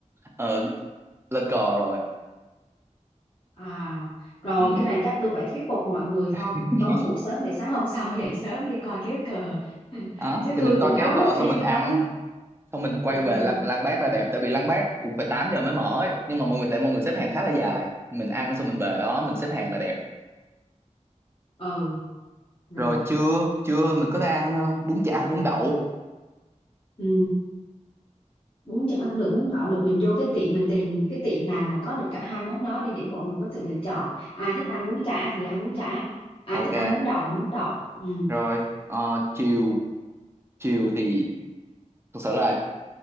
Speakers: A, on the right; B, on the left.
A: ờ, lên cờ rồi
B: À, rồi
A: ừ.
B: cái này chắc tôi phải thuyết phục mọi người thôi.
A: <laughs>
B: Tối ngủ sớm để sáng hôm <laughs> sau dậy sớm đi coi kéo cờ. <laughs>
A: đó
B: Chứ
A: thì
B: tôi
A: mình coi
B: cũng háo
A: kéo cờ
B: hức xem
A: xong mình
B: cái
A: ăn
B: đó lắm.
A: xong mình quay
B: Ừ,
A: về lăng, lăng Bác là đẹp tại vì lăng Bác cũng phải 8 giờ mới mở ấy. nhưng mà mọi người tại mọi người xếp hàng khá là dài mình ăn xong mình về đó mình xếp hàng là đẹp
B: ừ, rồi.
A: rồi trưa trưa mình có thể ăn ờ, bún chả bún đậu
B: Ừ, bún chả cũng được, bún đậu được. Mình vô cái tiệm, mình tìm cái tiệm nào mà có được cả hai món đó đi để mọi người có sự lựa chọn. Ai thích ăn bún chả thì ăn bún chả. Ai
A: ok
B: thích ăn bún đậu thì bún đậu. Ừ.
A: rồi ờ, chiều chiều thì thực sự là